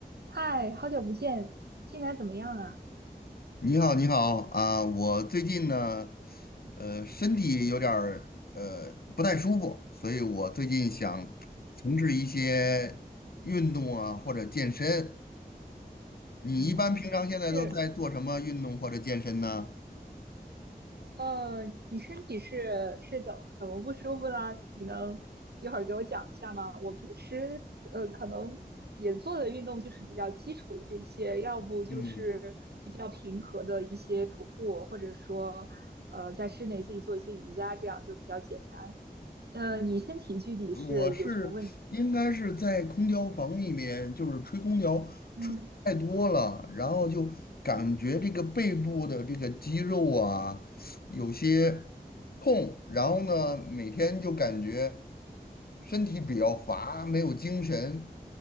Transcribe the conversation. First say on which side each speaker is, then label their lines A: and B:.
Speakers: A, on the right; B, on the left.
A: 嗨，好久不见，近来怎么样啊？
B: 你好，你好啊！我最近呢，呃，身体有点儿呃不太舒服，所以我最近想从事一些运动啊，或者健身。你一般平常现在都在做什么运动或者健身呢？
A: 嗯，是，呃，你身体是是怎么怎么不舒服呢？你能一会儿给我讲一下吗？我平时呃可能也做的运动就是比较基础的这些，要不就是比较平和的一些徒步，
B: 嗯。
A: 或者说呃在室内自己做一些瑜伽，这样就比较简单。呃，你身体具体是有什么问题？
B: 我是应该是在空调房里面，就是吹空调吹得太多了，
A: 嗯
B: 然后就感觉这个背部的这个肌肉啊有些痛，然后呢每天就感觉身体比较乏，没有精神。